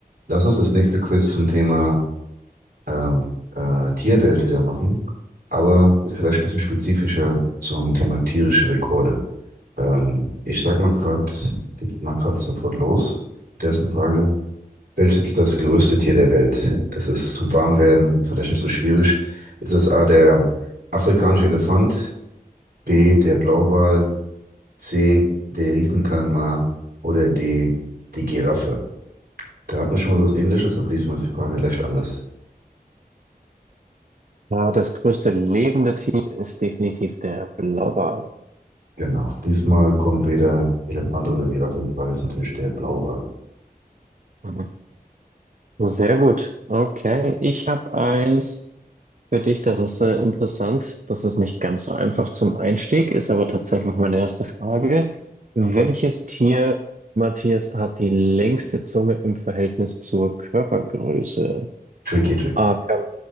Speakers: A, on the right; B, on the right.
A: Lass uns das nächste Quiz zum Thema ähm, äh, Tierwelt wieder machen, aber vielleicht ein bisschen spezifischer zum Thema tierische Rekorde. Ähm, ich sag mal gerade, geht mal gerade sofort los. Der ist eine Frage. Welches ist das größte Tier der Welt? Das ist zum Warmwerden vielleicht nicht so schwierig. Ist es A, der afrikanische Elefant, B, der Blauwal, C, der Riesenkalmar oder D, die Giraffe? Da hatten wir schon mal was Ähnliches, aber diesmal ist die Frage leicht anders.
B: Ja, das größte lebende Tier ist definitiv der Blauwal.
A: Genau. Diesmal kommt weder Elefant oder Giraffe in Frage, ist natürlich der Blauwal.
B: Mhm. Sehr gut. Okay, ich habe eins für dich, das ist äh, interessant. Das ist nicht ganz so einfach zum Einstieg, ist aber tatsächlich meine erste Frage. Welches Tier, Matthias, hat die längste Zunge im Verhältnis zur Körpergröße?
A: Tricky, tricky.
B: A. Kam